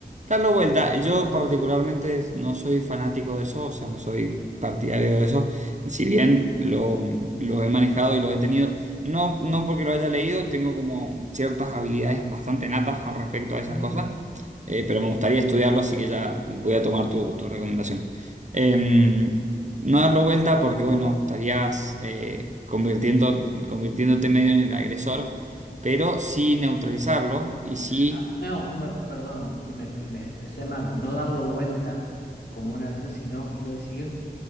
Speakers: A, on the right; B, on the left.
A: Darlo vuelta,
B: porque vamos
A: yo
B: por al-
A: particularmente no soy fanático de eso, o sea, no soy partidario de eso, si bien lo, lo he manejado y lo he tenido, no, no porque lo haya leído, tengo como ciertas habilidades bastante natas con respecto a esas
B: Ujú.
A: cosas, eh, pero me gustaría estudiarlo, así que ya voy a tomar tu, tu recomendación. Em, no darlo vuelta porque, bueno, estarías eh, convirtiendo, convirtiéndote medio en el agresor, pero sí neutralizarlo y sí
B: Ah, no, me- perdón, me, expre- me expresé mal. No darlo vuelta como una acción, sino quiero decir